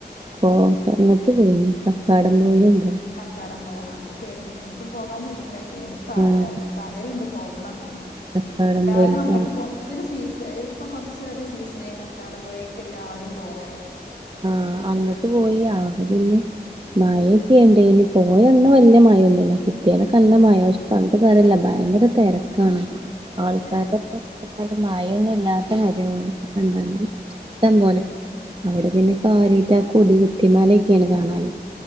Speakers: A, on the right (about 30°); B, on the left (about 85°).
A: പോക നിർത്തിപോയിനി കക്കാടം <unintelligible>
B: കക്കാടമ്പഴ ആ കേട്ടണ എനക്ക് പോകാൻ പൂതിയുണ്ടായി നിയുള്ളു തറയ
A: ആഹ്
B: പറയലുണ്ട് പോ ഇവിടംകാണണം.
A: കക്കാടം
B: എല്ലാരും
A: പൊയിൽക്ക്
B: അങ്ങട്ട് പോ ഇപ്പൊ ഒരു സിസി തേൽക്കം കുറച്ച് വര്ടെ സീസണ അക്കാടംമ്പുഴൊക്കെല്ലാരും പോണ കേക്കാം.
A: ആഹ അങ്ങോട്ട് പോയി <unintelligible> പിന്നെ മഴൊക്കെ ഇണ്ട് ഇനി പോയ ഇന്ന് വരില്ല മഴൊന്നുമില്ല കിട്ടിയനൊക്കെ നല്ല മഴശ പറഞ്ഞ കറല്ല ഭയങ്കര തിരക്കാണ് ആൾക്കാരൊക്കെ
B: പിന്നെ
A: <unintelligible> മഴയൊന്നുംല്ലാ <unintelligible> കണ്ടാല് ഇഷ്‌ടംപോലെ അവിടെ പിന്നെ കാര്യയ്ക്ക കുടുങ്ങി. തിമാലൊക്കെയാണ് കാണാൻ.